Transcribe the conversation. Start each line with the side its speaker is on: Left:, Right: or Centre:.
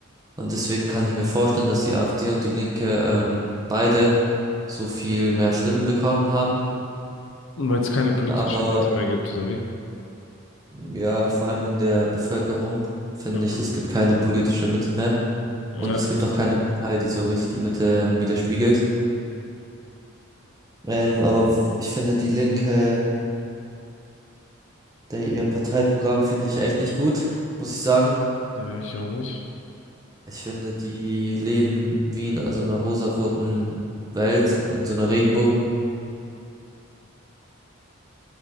Right: Und deswegen kann ich mir vorstellen, dass die AfD und die Linke ähm, beide so viel mehr Stimmen bekommen haben.
Left: Weil es keine politische
Right: Aber
Left: Mitte mehr gibt, oder wie?
Right: Ja, vor allem in der Bevölkerung finde
Left: Mhm.
Right: ich, es gibt keine politische Mitte mehr
Left: Ja,
Right: und es gibt auch keine Partei, die so richtig die Mitte ähm, widerspiegelt. Ähm, aber w- ich finde die Linke, der, ihr Parteiprogramm finde ich echt nicht gut, muss ich sagen.
Left: ja, ich auch nicht.
Right: Ich finde, die leben wie in so einer rosaroten Welt, in so einer Regenbogenwelt,